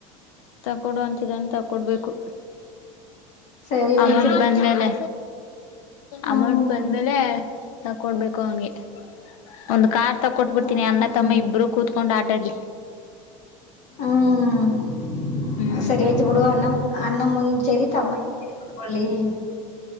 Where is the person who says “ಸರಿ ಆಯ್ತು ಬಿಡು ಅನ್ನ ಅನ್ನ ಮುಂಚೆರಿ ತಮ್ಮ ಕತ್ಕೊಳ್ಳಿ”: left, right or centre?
Left